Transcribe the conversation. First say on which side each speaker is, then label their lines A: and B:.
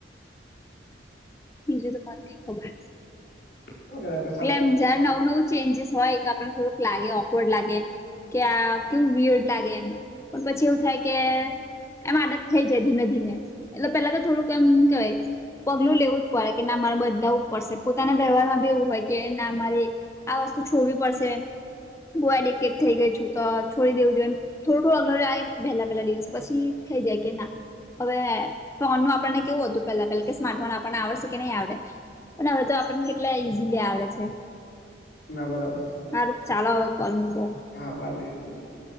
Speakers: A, on the left (about 15°); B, on the left (about 60°).
A: બીજું તો મન નઈ ખબર
B: <unintelligible>
A: એટલે એમ જયારે નવું નવું ચેન્જીસ હોય તો આપન થોડુંક લાગે ઓકવર્ડ લાગે કે આ કેવું વીયર્ડ લાગે એમ પણ પછી એવું થાય કે એમ આદત થઈ જાય ધીમે ધીમે એટલે પેલા તો થોડુંક એમ કેવાય પગલું લેવું જ પડે કે ના મારે બદલાવવું પડશે પોતાના વ્યવહાર માં બી એવું હોય કે ના મારે આ વસ્તુ છોડવી પડશે બઉ એડિક્ટેડ થઈ ગઈ છું તો છોડી દેવું જોઈએ થોડું અગળ આયે પહેલા પહેલા દિવસ પછી થઈ જાય કે ના હવે ફોનનું આપણને કેવું હતું પેલા પેલા કે સ્માર્ટ ફોન આપણને આવડશે કે નહીં આવડે પણ હવે તો આપણને કેટલા ઈઝીલી આવડે છે.
B: ના બરાબર છે,
A: હારું ચાલો હવે કોલ મૂકો
B: હા બાર મિનિટ થઈ ગયી છે.